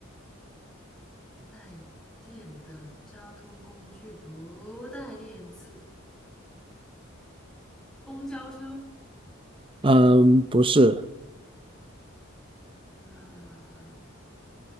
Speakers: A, in the centre; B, on the right.
A: 带电的交通工具不带电子，公交车。
B: 嗯，不是，
A: 啊，